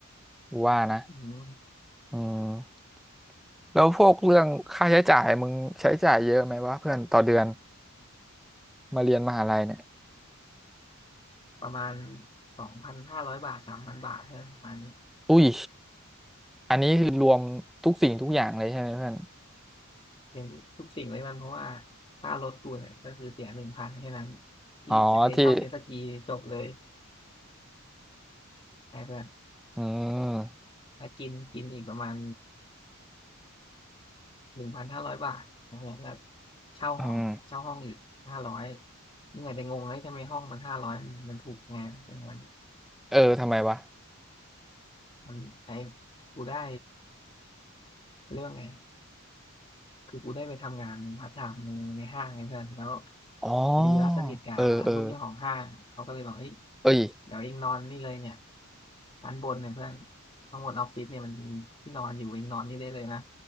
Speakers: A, in the centre; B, on the left.
A: กูว่านะ
B: อืม
A: อืม แล้วพวกเรื่องค่าใช้จ่ายมึงใช้จ่ายเยอะไหมวะเพื่อนต่อเดือนมาเรียนมหาลัยเนี่ย
B: ประมาณสองพันห้าร้อยบาทสามพันบาทเท่านั้นประมาณนี้
A: อุ้ยอันนี้คือรวมทุกสิ่งทุกอย่างเลยใช่ไหมเพื่อน
B: เรียนทุกสิ่งเลยมันเพราะว่าค่ารถกูเนี่ยก็คือเสียหนึ่งพันแค่นั้นที่จะให้เช่าเจ็ตสกีจบเลย
A: อ๋อที่
B: ไอ้เพื่อน
A: อืม
B: แล้วกินกินอีกประมาณหนึ่งพันห้าร้อยบาทนะเพื่อนแล้วเช่าห้องเช่าห้องอีกห้าร้อย
A: อืม
B: เมื่อไหร่จะงงเลยทำไมห้องมันห้าร้อยมันถูกไงเป็นเงิน
A: เออทำไมวะ
B: มันไอ้กูได้เรื่องไงคือกูได้ไปทำงานพาร์ทไทม์ในในห้างไงเพื่อนแล้ว
A: อ๋อ
B: พอดีว่าสนิทกับลูกเจ้าของห้างเขาก็เลยบอกเฮ้ย
A: เออเออเอ้ย
B: เดี๋ยวเองนอนนี่เลยเนี่ยชั้นบนเนี่ยเพื่อนข้างบนออฟฟิศเนี่ยมันมีที่นอนอยู่เองนอนนี่ได้เลยนะ